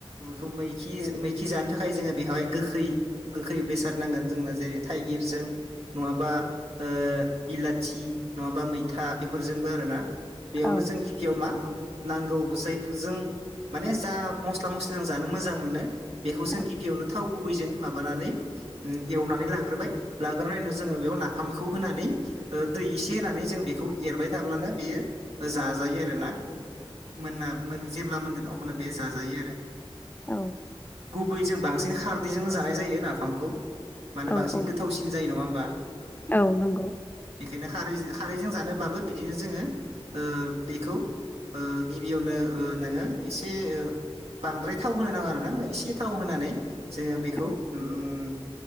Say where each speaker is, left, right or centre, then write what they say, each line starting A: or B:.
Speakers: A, on the right; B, on the left.
A: बेखौ मैखि मैखि जानो थाखाय जोङो बेवहाय गोखै गोखै बेसाद नांगोन जोंनो जेरै थाइगिरजों नङाबा ओ बिलाथि नङाबा मैथा बेफोरजोंबो आरो ना बेयावनो
B: औ
A: जों गियाव मा नांगौ जायफोर जों माने जा मस्ला मस्लिजों जानो मोजां मोनो बेखौ जों
B: औ
A: गिबियावनो थाव गुबैजों माबानानै एवनानै लाग्रोबाय लाग्रोनाय उनाव जोङो बेयाव नाफामखौ होनानै दै एसे होनानै जों बेखौ एरबाय थाब्लानो बेयो जाजायो आरोना मोना जेब्ला मोनगोन अब्ला बे जाजायो आरो
B: औ
A: गुबै जों बांसिन खारदैजोंनो जानाय जायो नाफामखौ मानो
B: औ
A: बांसिन
B: औ
A: गोथावसिन जायो नङा होमबा
B: औ नंगौ
A: बेखायनो खारै खारैजों जानोब्लाबो बिदिनो जोङो ओ बेखौ ओ गिबियावनो ओ नोङो एसे ओ बांद्राय थाव होनो नाङा आरोना एसे थाव होनानै जोङो बेखौ
B: औ
A: उम